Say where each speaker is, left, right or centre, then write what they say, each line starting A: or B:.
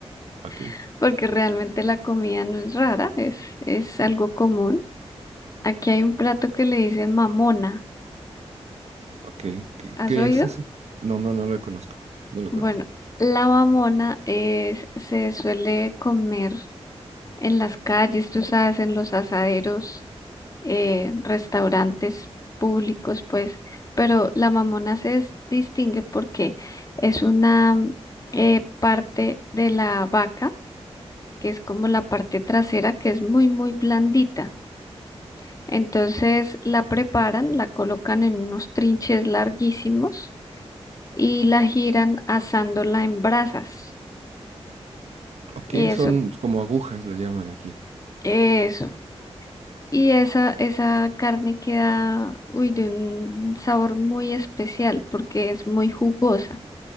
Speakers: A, on the right; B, on the left.
A: Aquí,
B: <laughs> porque realmente la comida no es rara, es, es algo común. Aquí hay un plato que le dicen mamona.
A: ok. ¿Qué,
B: ¿Has
A: qué
B: oído?
A: es eso? No, no, no lo conozco, no lo
B: Bueno,
A: conozco.
B: la mamona es, se suele comer en las calles, tú sabes, en los asaderos eh, restaurantes públicos, pues, pero la Mamona se des- distingue porque es una mm, eh, parte de la vaca, que es como la parte trasera, que es muy, muy blandita. Entonces la preparan, la colocan en unos trinches larguísimos y la giran asándola en brasas.
A: Ok,
B: Y eso,
A: son como agujas, le llaman aquí.
B: eso. Y esa, esa carne queda, uy, de un sabor muy especial porque es muy jugosa.